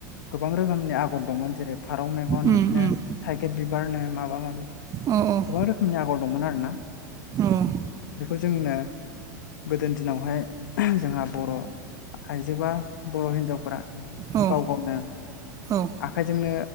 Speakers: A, on the left (about 80°); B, on the right (about 35°).
A: गोबां रोखोमनि आगर दंमोन जेरै फारौ मेगन
B: उम
A: बिदिनो
B: उम
A: थाइगिर बिबारनो माबा माबि
B: औ औ
A: गोबां रोखोमनि आगर दंमोन आरोना
B: औ
A: बेखौ जोंनो गोदोनि दिनावहाय जोंहा बर' आइजोबा बर' हिनजावफोरा
B: औ
A: गाव गावनो
B: औ
A: आखाइजोंनो